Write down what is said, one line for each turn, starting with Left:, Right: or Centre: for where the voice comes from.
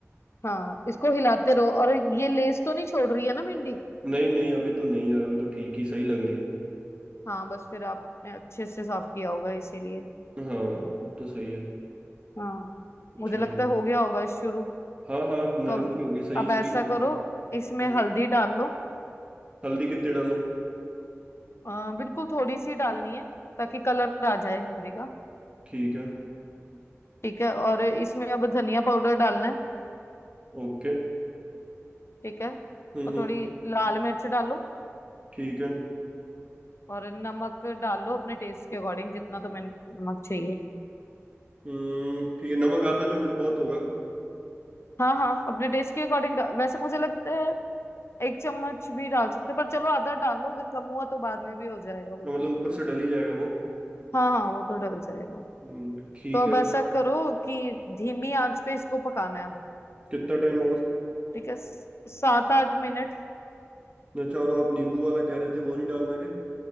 Left: हाँ इसको हिलाते रहो और ये लेस तो नहीं छोड़ रही है ना भिंडी
Right: नहीं नहीं अभी तो नहीं यार अभी तो ठीक ही सही लग रही है
Left: हाँ बस फिर आपने अच्छे से साफ किया होगा इसीलिए
Right: हाँ अब तो सही है
Left: हाँ
Right: अच्छा
Left: मुझे लगता
Right: है नहीं
Left: है हो गया होगा शुरू
Right: हाँ हाँ अब नरम
Left: तो अब
Right: सी होगी सही
Left: अब
Right: सही
Left: ऐसा
Right: लग
Left: करो
Right: रही है
Left: इसमें
Right: हम्म
Left: हल्दी डाल लो
Right: हल्दी कितने डालूं
Left: अ, बिल्कुल थोड़ी सी डालनी है ताकि कलर आ जाए हल्दी का
Right: ठीक है
Left: ठीक है और इसमें अब धनिया पाउडर डालना है
Right: ओके
Left: ठीक है
Right: हम्म
Left: और
Right: हम्म
Left: थोड़ी लाल मिर्च डालो
Right: ठीक है
Left: और नमक डाल लो अपने टेस्ट के अकॉर्डिंग जितना तुम्हें नमक चाहिए
Right: हम्म ठीक है नमक आधा चम्मच बहुत होगा
Left: हाँ हाँ अपने टेस्ट के अकॉर्डिंग वैसे मुझे लगता है एक चम्मच भी डाल सकते हैं पर चलो आधा डाल लो अगर कम हुआ तो बाद में भी हो जाएगा वो
Right: तो
Left: तो
Right: मतलब ऊपर से डल ही जाएगा वो
Left: हाँ हाँ वो तो डल जाएगा
Right: हम्म, ठीक
Left: तो अब
Right: है
Left: ऐसा करो कि धीमी आंच पे इसको पकाना है अब
Right: कितना टाइम और
Left: ठीक है स- सात आठ मिनट
Right: चारों आप नींबू वाला कह रहे थे वो नहीं डालना क्या